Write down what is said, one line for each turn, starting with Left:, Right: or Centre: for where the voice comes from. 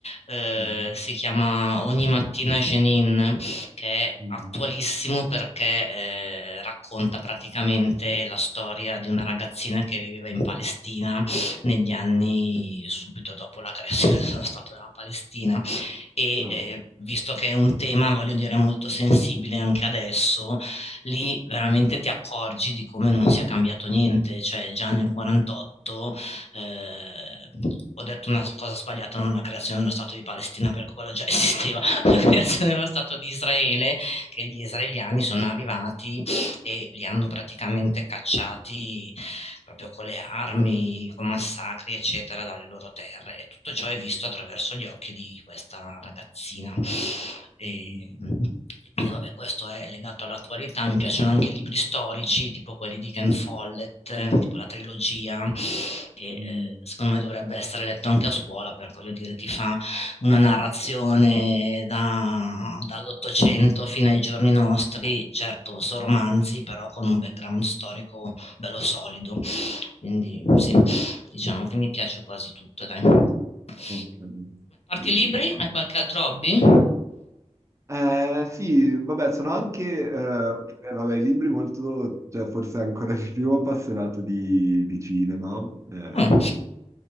Left: eh,
Right: Mhm.
Left: si chiama Ogni mattina Jenin, che è
Right: Mm.
Left: attualissimo perché eh, racconta praticamente la storia di una ragazzina che viveva in Palestina negli anni subito dopo la creazione <laughs> dello Stato della Palestina e
Right: Ah.
Left: eh, visto che è un tema, voglio dire, molto sensibile anche adesso, lì veramente ti accorgi di come non sia cambiato niente, cioè già nel 48 eh, ho detto una cosa sbagliata, non la creazione dello Stato di Palestina, perché quello già <laughs> esisteva, la creazione dello Stato di Israele, che gli israeliani sono arrivati e li hanno praticamente cacciati proprio con le armi, con massacri, eccetera, dalle loro terre. E tutto ciò è visto attraverso gli occhi di questa ragazzina. E,
Right: Mhm.
Left: quindi vabbè, questo è legato all'attualità, mi piacciono anche libri storici, tipo quelli di Ken Follett, tipo la trilogia, che eh,
Right: Mm.
Left: secondo me dovrebbe essere letto anche a scuola, perché voglio dire, ti fa una narrazione da- dall'Ottocento fino ai giorni nostri, certo, sono romanzi, però con un background storico bello solido. Quindi sì, diciamo che mi piace quasi tutto, dai. A
Right: Ok.
Left: parte
Right: Sì,
Left: i libri,
Right: sì, sì, no.
Left: hai qualche altro hobby?
Right: Eh, sì, vabbè, sono anche, eh, eh, vabbè, i libri molto, cioè forse ancora <laughs> di più appassionato di, di cinema, eh,
Left: Ah.